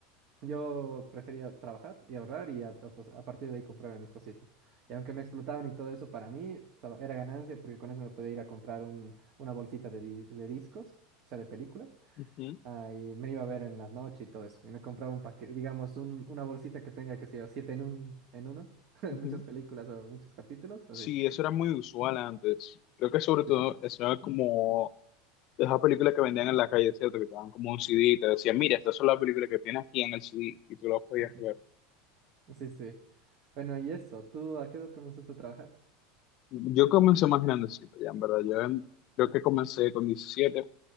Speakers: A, on the right (about 55°); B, on the left (about 50°).
A: yo prefería trabajar y ahorrar y a, a- pues, a partir de ahí comprarme mis cositas. Y aunque me explotaban y todo eso, para mí estaba, era ganancia porque con eso me podía ir a comprar un, una bolsita de, di- de discos, o sea, de películas,
B: Ujú,
A: ah, y me iba a ver en la noche y todo eso. Y me compraba un paquete, digamos, un, una bolsita que tenga, qué sé yo, siete en un, en uno, <laughs>
B: ujú.
A: muchas películas o muchos capítulos, así.
B: Sí, eso era muy usual antes. Creo que sobre todo
A: Sí, sí.
B: eso
A: <laughs>
B: era como de esas películas que vendían en la calle, ¿cierto? Que te daban como un CD y te decían, mira, estas son las películas que tienes aquí en el CD y tú las podías
A: Ujú.
B: ver.
A: Sí, sí. Bueno, y eso, ¿tú a qué edad comenzaste a trabajar?
B: Yo comencé más grandecito, ya en verdad. Yo en- creo que comencé con diecisiete